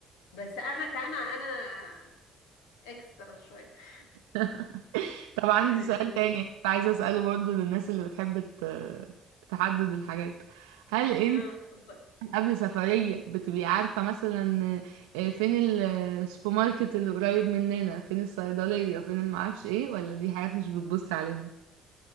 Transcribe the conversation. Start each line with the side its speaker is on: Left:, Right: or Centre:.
Left: بس انا كان انا اكسترا شويه <laughs>
Right: <laughs> طب عندي
Left: يعني
Right: سؤال تاني كنت عايزة أسأله برضه للناس اللي بتحب ت- تحدد الحاجات هل انت
Left: اه اتفضل
Right: قبل سفرية بتبقي عارفة مثلا آه، فين ال- السوبر ماركت اللي قريب مننا فين الصيدلية فين المعرفش ايه ولا دي حاجات مش بتبصي عليها